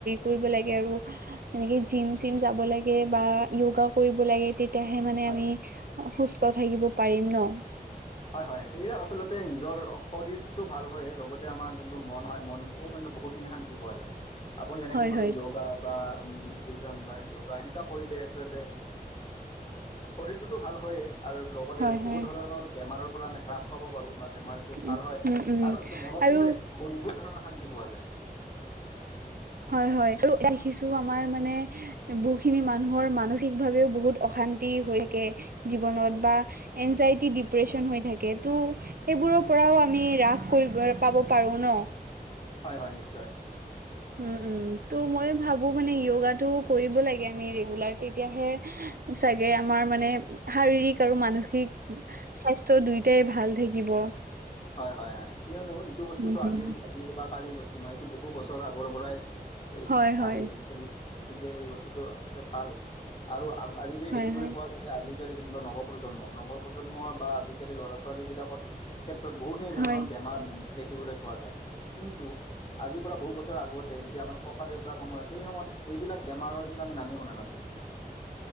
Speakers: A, on the right; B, on the left.
A: কৰিব লাগে আৰু এনেকে জিম চিম যাব লাগে বা য়োগা কৰিব লাগে তে তেতিয়াহে মানে
B: হয়
A: আমি
B: হয় হয়
A: সুস্থ থাকিব পাৰিম ন।
B: হয়, হয় সেইবিলাক আচলতে নিজৰ শৰীৰটোতো ভাল হয় লগতে আমাৰ যোনটো মন হয় মন মনতোও কিন্তু বহুতখিনি শান্তি পোৱা যায়, আপুনি যেনেকে
A: হয়
B: ক'লে
A: হয়
B: য়োগা বা মেডিটেশ্যন বা য়োগা সেনেকা কৰিলে আচলতে শৰীৰটোতো ভাল হয়েই আৰু লগতে
A: হয়
B: বহুত
A: হয়
B: ধৰণৰ বেমাৰৰ পৰা আমি হ্ৰাস পাব পাৰোঁ বা বেমাৰ
A: উম
B: ভাল হয়
A: উম উম
B: আৰু আচলতে মনত
A: আৰু
B: কিন্তু অদ্ভুত ধৰণৰ শান্তি পোৱা যায়
A: হয়, হয় আৰু দেখিছো আমাৰ মানে বহুখিনি মানুহৰ মানসিক ভাৱেও বহুত অশান্তি হৈ থাকে জীৱনত বা এনজাইটি ডিপ্ৰেচন হৈ থাকে তো সেইবোৰৰ পৰাও আমি ৰাস কৰিব পাব পাৰো ন।
B: হয়, হয় নিশ্চয়।
A: উম, উম ত' মই ভাবো মানে য়োগাটো কৰিব লাগে আমি ৰেগুলাৰ তেতিয়াহে চাগে আমাৰ মানে শাৰীৰিক আৰু মানসিক স্বাস্থ্য দুইটাই ভাল থাকিব।
B: হয়, হয়, হয় কিয়নো এইটো বস্তুতটো
A: উম
B: আজিৰ আজি বা কালিৰ বস্তু নহয় এইটো বহু বছৰ আগৰ পৰাই এই
A: হয় হয়
B: আহি আছে চলি আছে গতিকে এই বস্তুটো আচলতে ভাল। আৰু আজিকালি
A: হয়
B: দেখিবলৈ
A: হয়
B: পোৱা গৈছে আজিকালি যোনবাৰ নৱপ্ৰজন্ম নৱপ্ৰজন্ম বা আজিকালি ল'ৰা ছোৱালীবিলাকৰ ক্ষেত্ৰত বহুখিনি ধৰণৰ
A: হয়
B: বেমাৰ দেখিবলৈ পোৱা যায় কিন্তু আজিৰ পৰা বহু বছৰ আগতে যেতিয়া আমাৰ ককা দেউতাৰয়ত সেই সময়ত এইবিলাক বেমাৰৰ কিন্তু আমি নামেই শুনা নাছিলোঁ।
A: <inaudible>